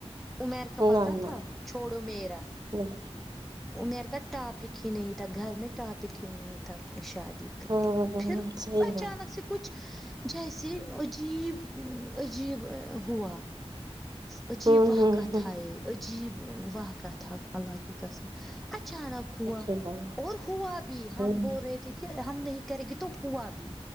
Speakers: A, in the centre; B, on the right.
A: عمیر کا پتا
B: نہ نہ
A: تھا چھوڑو میرا
B: نہیں
A: عمیر کا ٹاپک ہی نہیں تھا گھر میں ٹاپک ہی نہیں تھا شادی
B: ہوں ہوں
A: پھر
B: صحیح
A: اچانک
B: بات
A: سے کچھ جیسے عجیب عجیب ہوا عجیب
B: ہوں
A: وقات
B: ہوں ہوں
A: تھا یہ عجیب وقات تھا اللہ کے قسم اچانک ہوا
B: ہی ہو
A: اور ہوا بھی
B: ہوں
A: ہم بول رہے تھے کہ ہم نہیں کریں گے تو ہوا بھی